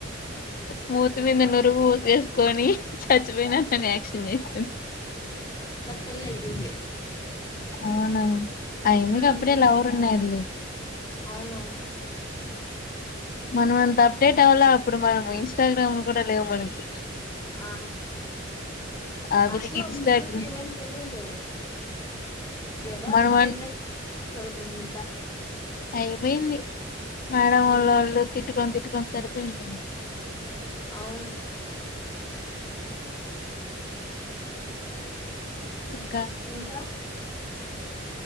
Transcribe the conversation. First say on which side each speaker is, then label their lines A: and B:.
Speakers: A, on the left (about 45°); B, on the left (about 20°).
A: ము త్తి మీంద నురుగు పోసేసుకొని చచ్చిపోయినా అని యాక్ట్ క్షన్ చేసింది
B: పెళ్ళి అయిపోయింది
A: అవునా అయిమ్మికి
B: ఉమ్
A: అప్పుడే లవర్ ఉన్నాడు లే
B: అవునవును
A: మనం అంత అప్డేట్ అవలా ఇప్పుడు మనం ఇన్స్టాగ్రామ్ కూడా లేవు మనకు
B: ఆ
A: ఆ వీళ్ళకి
B: అసలు
A: ఇన్స్టాగ్రామ్
B: మనకి ఏం తెలివి లేదు ఏదో
A: మనం
B: అట్లా ఎంజాయ్ చదువుకుంటా
A: అయిపోయింది మేడమ్
B: ఉమ్
A: లొల్లు తిట్ తిట్టుకొని తిట్టుకొని సరిపోయింటుంది
B: అవును
A: ఇంకా
B: ఇంకా